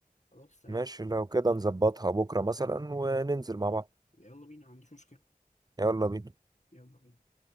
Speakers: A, on the left; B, on the right.
A: خلاص تمام
B: ماشي لو كده نظبطها بكره مثلا وننزل مع بعض
A: يلا بينا ما عنديش مشكله
B: يلا بينا
A: يلا بينا